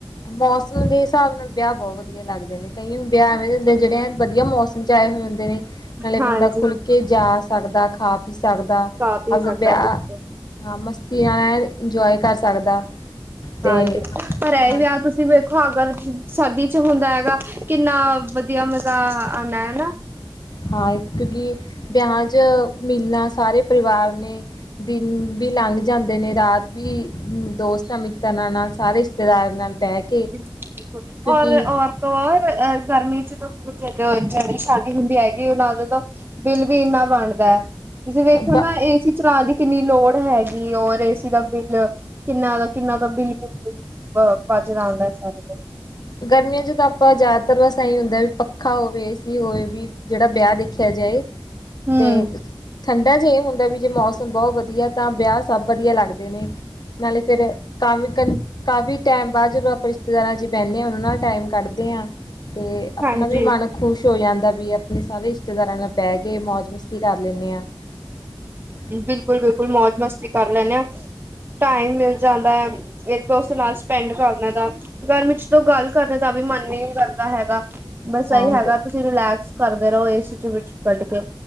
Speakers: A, on the left (about 55°); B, on the right (about 25°).
A: ਮੌਸਮ ਦੇ ਹਿਸਾਬ ਨਾਲ ਵਿਆਹ ਬਹੁਤ ਵਧੀਆ ਵਧੀਆ ਲੱਗਦੇ ਨੇ, ਕਈ ਹੁੰਦੇ ਇਵੇਂ ਦੇ ਜਿਹੜੇ ਵਧੀਆ ਮੌਸਮ ਚ ਆਏ ਹੋਏ ਹੁੰਦੇ ਨੇ, ਨਾਲੇ ਬੰਦਾ
B: ਹਾਂਜੀ
A: ਖੁੱਲ ਕੇ ਜਾ ਸਕਦਾ, ਖਾ ਪੀ ਸਕਦਾ,
B: ਕਾਫ਼ੀ
A: <unintelligible>
B: ਸਕਦਾ
A: ਵਿਆ।
B: ਬਿਲਕੁਲ
A: ਹਾਂ, ਮਸਤੀ ਨਾਲ ਐ ਇੰਜੋਏ ਕਰ ਸਕਦਾ, ਤੇ
B: ਹਾਂਜੀ ਪਰ ਇਹ
A: ਹਾਂ
B: ਵਿਆਹ ਤੁਸੀਂ ਵੇਖੋ ਅਗਰ ਸਰਦੀ ਚ ਹੁੰਦਾ ਹੈਗਾ ਕਿੰਨਾ ਵਧੀਆ ਮਜ਼ਾ ਆਣਾ ਹਨਾ।
A: ਹਾਂ, ਕਿਉਂਕਿ ਵਿਆਹ ਚ ਮਿਲਣਾ ਸਾਰੇ ਪਰਿਵਾਰ ਨੇ, ਦਿਨ ਵੀ ਲੰਘ ਜਾਂਦੇ ਨੇ ਰਾਤ ਵੀ ਦੋਸਤਾਂ ਮਿੱਤਰਾਂ ਨਾਲ ਸਾਰੇ ਰਿਸ਼ਤੇਦਾਰਾਂ ਨਾਲ ਬਹਿ ਕੇ
B: ਬਿਲਕੁਲ-ਬਿਲਕੁਲ,
A: ਕਿਉਂਕਿ
B: ਔਰ ਔਰ ਤੋਂ ਔਰ ਗਰਮੀ ਚ ਜਦੋਂ ਜਹੀ ਸ਼ਾਦੀ ਹੁੰਦੀ ਹੈਗੀ ਉਹਨਾ ਦੋਂ ਤੋਂ ਬਿੱਲ ਵੀ ਇੰਨਾ ਬਣਦਾ ਹੈ। ਤੁਸੀਂ ਵੇਖੋ
A: ਬ
B: ਨਾ ਏ-ਸੀ ਚਲਾ ਦੀ ਕਿੰਨੀ ਲੋੜ ਹੈਗੀ ਔਰ ਏ-ਸੀ ਦਾ ਬਿੱਲ ਕਿੰਨਾ ਦਾ ਕਿੰਨਾ ਦਾ ਬਿੱਲ ਮ ਵੱਚ ਜਾਂਦਾ ਸਾਰਾ
A: ਗਰਮੀਆਂ ਚ ਤਾਂ ਆਪਾਂ ਜ਼ਿਆਦਾਤਰ ਬਸ ਏਹੀ ਹੁੰਦਾ ਵੀ ਪੱਖਾ ਹੋਵੇ ਏ-ਸੀ ਹੋਵੇ ਵੀ ਜਿਹੜਾ ਵਿਆਹ ਦੇਖਿਆ ਜਾਏ।
B: ਹਮ
A: ਤੇ ਠੰਡਾ ਚ ਇਹ ਹੁੰਦਾ ਵੀ ਜੇ ਮੌਸਮ ਬੋਹ ਵਧੀਆ ਤਾਂ ਵਿਆਹ ਸਭ ਵਧੀਆ ਲੱਗਦਾ। ਨੇ ਨਾਲੇ ਫੇਰ ਕਾਫੀ ਕਾਫੀ ਟਾਈਮ ਬਾਅਦ ਜਦੋਂ ਆਪਾਂ ਰਿਸ਼ਤੇਦਾਰਾਂ ਚ ਪਹਲੇ ਉਹਨਾਂ ਨਾਲ ਟਾਈਮ ਕੱਢਦੇ ਹਾਂ, ਤੇ ਆਪਣਾ
B: ਹਾਂਜੀ
A: ਵੀ ਮਨ ਖੁਸ਼ ਹੋ ਜਾਂਦਾ ਵੀ ਆਪਣੇ ਸਾਰੇ ਰਿਸ਼ਤੇਦਾਰਾਂ ਨਾਲ ਬਹਿ ਕੇ ਮੌਜ ਮਸਤੀ ਕਰ ਲੈਂਨੇ ਆਂ। <inaudible>
B: ਬਿਲਕੁਲ-ਬਿਲਕੁਲ, ਮੌਜ ਮਸਤੀ ਕਰ ਲੈਂਨੇ ਆ ਟਾਈਮ ਮਿਲ ਜਾਂਦਾ ਐ। ਇੱਕ ਦੋਸਤ ਨਾਲ ਸਪੈਂਡ ਕਰਨੇ ਦਾ ਗਰਮੀ ਚ ਤੋਂ ਗੱਲ ਕਰਨ ਦਾ ਵੀ ਮਨ ਹੀ ਨੀ ਕਰਦਾ ਹੈਗਾ। ਬਸ
A: ਹਾਂ
B: ਇਹੀ ਹੈਗਾ ਤੁਸੀਂ ਰਿਲੈਕਸ ਕਰਦੇ ਰਹੋ ਏ-ਸੀ ਚ ਵਿੱਚ ਕੱਢ ਕੇ।